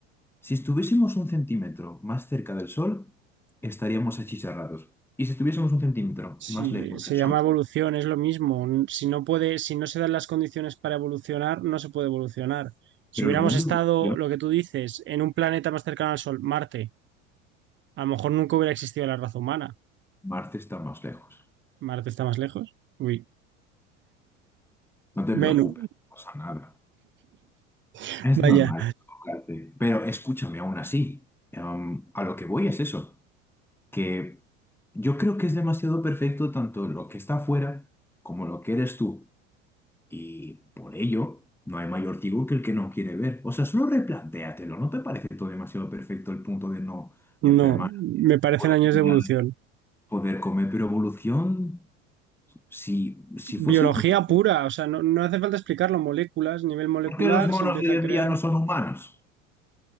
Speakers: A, in the centre; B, on the right.
A: Si estuviésemos un centímetro más cerca del Sol, estaríamos achicharrados. Y si estuviésemos un centímetro
B: Si
A: más lejos
B: se
A: del Sol,
B: llama evolución, es lo mismo. Si no puede, si no se dan las condiciones para evolucionar, no se puede evolucionar. Si
A: Pero
B: hubiéramos
A: el mundo
B: estado,
A: evoluciona.
B: lo que tú dices, en un planeta más cercano al Sol, Marte, a lo mejor nunca hubiera existido la raza humana.
A: Marte está más lejos.
B: Marte está más lejos. Uy,
A: No te
B: Venus,
A: preocupes, no pasa nada.
B: <laughs>
A: Es
B: vaya.
A: normal equivocarte. Pero escúchame, aún así, em, a lo que voy es eso, que yo creo que es demasiado perfecto tanto lo que está afuera como lo que eres tú. Y por ello, no hay mayor ciego que el que no quiere ver. O sea, solo replantéatelo. ¿No te parece todo demasiado perfecto el punto de no
B: No,
A: enfermar,
B: me parecen
A: poder
B: años
A: mirar,
B: de evolución.
A: poder comer? Pero evolución, si, si
B: Biología
A: fuese evolución
B: pura, o sea, no, no hace falta explicarlo. Moléculas, nivel molecular,
A: ¿Por qué los monos
B: se empieza
A: de hoy
B: a
A: en
B: crear.
A: día no son humanos?